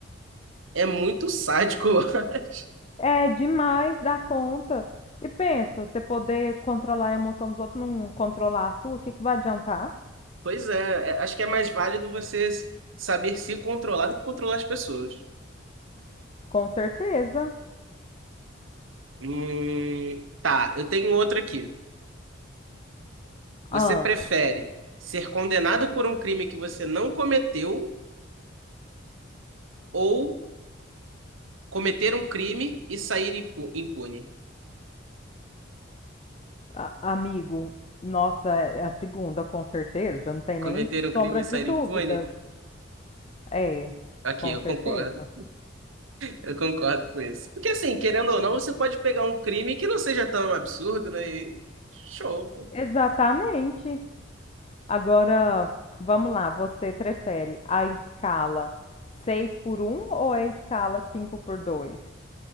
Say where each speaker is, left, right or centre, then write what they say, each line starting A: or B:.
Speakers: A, on the right (about 85°); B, on the left (about 30°).
A: é muito sádico. <laughs> eu acho.
B: É demais da conta. E pensa, você poder controlar a emoção dos outros, não controlar a sua, o que, que vai adiantar?
A: Pois é, é- acho que é mais válido você s- saber se controlar do que controlar as pessoas.
B: Com certeza.
A: Hum, tá, eu tenho outra aqui. Você
B: Ah,
A: prefere ser condenado por um crime que você não cometeu? ou Cometer um crime e sair impu- impune.
B: a- amigo, nossa, é a segunda, com certeza, não tem
A: Cometer
B: nem
A: um
B: sombra
A: crime e
B: de
A: sair
B: dúvidas.
A: impune?
B: É,
A: Ok,
B: com
A: eu
B: certeza.
A: concordo. Eu concordo com isso. Porque assim, querendo ou não, você pode pegar um crime que não seja tão absurdo, né? E show.
B: Exatamente. Agora, vamos lá, você prefere a escala 6 por um ou a escala 5 por 2?